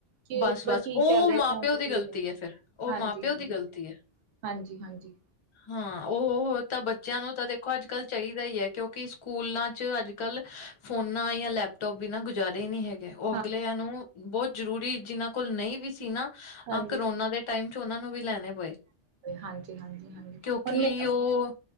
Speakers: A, on the right; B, on the left.
A: ਕਿ
B: ਬਸ-ਬਸ
A: ਬਈ ਕੀ
B: ਉਹ
A: ਚੱਲ ਰਿਆ
B: ਮਾਂ-ਪਿਓ
A: ਫੋਨ ਚ ਕੀ
B: ਦੀ ਗ਼ਲਤੀ
A: ਨਹੀ
B: ਹੈ ਫਿਰ ਉਹ
A: ਹਾਂਜੀ,
B: ਮਾਂ-ਪਿਓ
A: ਹਾਂਜੀ।
B: ਦੀ ਗ਼ਲਤੀ ਹੈ।
A: ਹਾਂਜੀ-ਹਾਂਜੀ।
B: ਹਾਂ ਓ ਉਹ ਤਾਂ ਬੱਚਿਆਂ ਨੂੰ ਤਾਂ ਦੇ ਦੇਖੋ ਅੱਜ ਕੱਲ ਚਾਈਦਾ ਹੀ ਏ ਕਿਉਂਕਿ ਸਕੂਲਾਂ ਚ ਅੱਜ ਕੱਲ ਫੋਨਾ ਯਾ ਲੈਪਟੋਪ ਬਿਨਾਂ ਗੁਜ਼ਾਰੇ ਨੀਂ ਹੈਗੇ ਉਹ
A: ਹਾਂ
B: ਅਗਲਿਆਂ ਨੂੰ ਬੋਤ ਜਰੂਰੀ ਜਿਨਾਂ ਕੋਲ ਨਈ ਵੀ ਸੀ ਨਾ
A: ਹਾਂਜੀ
B: ਅਹ ਕਰੋਨਾ ਦੇ ਟਾਈਮ ਚ ਓਨਾ ਨੂੰ ਵੀ ਲੈਨੇ ਪਏ
A: ਹਾਂਜੀ, ਹਾਂਜੀ, ਹਾਂਜੀ
B: ਕਿਉਂਕਿ
A: ਹੁਣ ਮ
B: ਉਹ